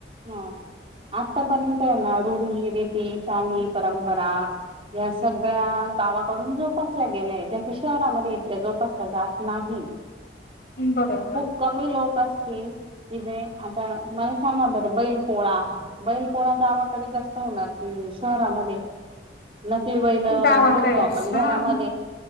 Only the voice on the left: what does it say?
हं बरोबर
गावाकडेच
हा